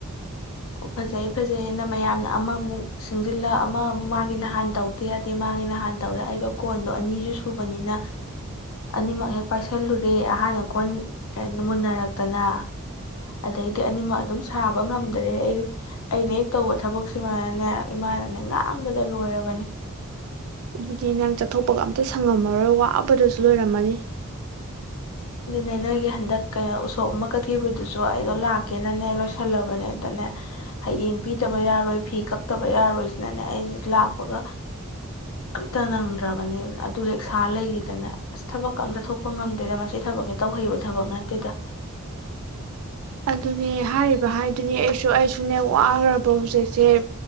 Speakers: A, on the left; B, on the right.
A: ꯑꯣ ꯐꯖꯩ ꯐꯖꯩꯌꯦꯅ ꯃꯌꯥꯝꯅ ꯑꯃꯃꯨꯛ ꯁꯤꯁꯤꯡꯖꯤꯜꯂ ꯑꯃ ꯑꯃꯨꯛ ꯃꯥꯒꯤ ꯅꯍꯥꯟ ꯇꯧꯗꯦ ꯌꯥꯗꯦ ꯃꯥꯒꯤ ꯅꯍꯥꯟ ꯇꯧꯗꯦ ꯑꯩꯗꯣ ꯀꯣꯟꯗꯣ ꯑꯅꯤꯁꯨ ꯁꯨꯕꯅꯤꯅ ꯑꯅꯤꯃꯛ ꯍꯦꯛ ꯄꯥꯏꯁꯜꯂꯨꯔꯦ ꯑꯍꯥꯟꯅ ꯀꯣꯟ ꯀꯣ ꯃꯨꯟꯅꯔꯛꯇꯅ ꯑꯗꯩꯗꯤ ꯑꯅꯤꯃꯛ ꯑꯗꯨꯝ ꯁꯥꯕ ꯉꯝꯗ꯭ꯔꯦ ꯑꯩꯗꯤ ꯑꯩꯅ ꯍꯦꯛ ꯇꯧꯕ ꯊꯕꯛꯁꯤꯃꯅꯅꯦ ꯏꯃꯥꯅꯅꯦ ꯉꯥꯡꯕꯗ ꯂꯣꯏꯔꯕꯅꯦ
B: ꯑꯗꯨꯗꯤ ꯅꯪ ꯆꯠꯊꯣꯛꯄꯒ ꯑꯝꯇ ꯁꯪꯉꯝꯃꯔꯣꯏ ꯋꯥꯕꯗꯁꯨ ꯂꯣꯏꯔꯝꯃꯅꯤ
A: ꯑꯗꯨꯅꯦ ꯅꯣꯏꯒꯤ ꯍꯟꯗꯛ ꯀꯩꯅꯣ ꯎꯁꯣꯞ ꯑꯃ ꯀꯠꯈꯤꯕꯗꯨꯁꯨ ꯑꯩꯗꯣ ꯂꯥꯛꯀꯦꯅꯅꯦ ꯂꯣꯏꯁꯜꯂꯕꯅꯦꯗꯅꯦ ꯍꯌꯦꯡ ꯄꯤꯗꯕ ꯌꯥꯔꯣꯏ ꯐꯤ ꯀꯛꯇꯕ ꯌꯥꯔꯣꯏꯁꯤꯅꯅꯦ ꯑꯩꯁꯤ ꯂꯥꯛꯄꯒ ꯑꯝꯇ ꯅꯪꯗ꯭ꯔꯕꯅꯤꯅ ꯑꯗꯨ ꯍꯦꯛ ꯁꯥ ꯂꯩꯈꯤꯗꯅ ꯑꯁ ꯊꯕꯛ ꯑꯝꯇ ꯊꯣꯛꯄ ꯉꯝꯗꯦꯗ ꯊꯕꯛꯁꯦ ꯇꯧꯍꯩꯕ ꯊꯕꯛ ꯅꯠꯇꯦꯗ
B: ꯑꯗꯨꯅꯦ ꯍꯥꯏꯔꯤꯕ ꯍꯥꯏꯗꯨꯅꯤ ꯑꯩꯁꯨ ꯑꯩꯁꯨꯅꯦ ꯋꯥꯈꯔꯕ ꯍꯧꯖꯤꯛꯁꯦ